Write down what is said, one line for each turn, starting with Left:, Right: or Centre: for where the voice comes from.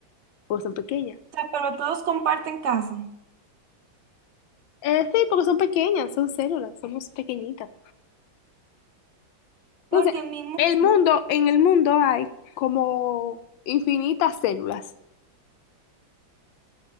Left: o son pequeñas.
Right: sea, pero todos comparten casa.
Left: Eh, sí, porque son pequeñas, son células, somos pequeñitas. Entonces,
Right: Porque en mi mundo,
Left: el mundo, en el mundo hay como infinitas células.